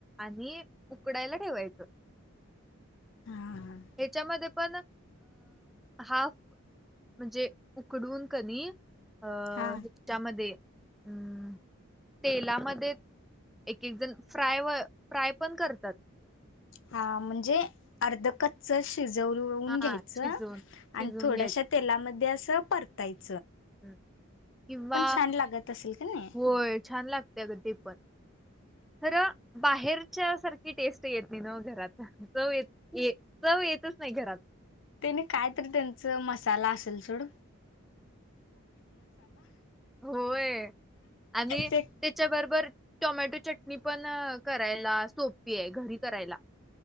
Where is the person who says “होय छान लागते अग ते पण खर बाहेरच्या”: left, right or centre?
Centre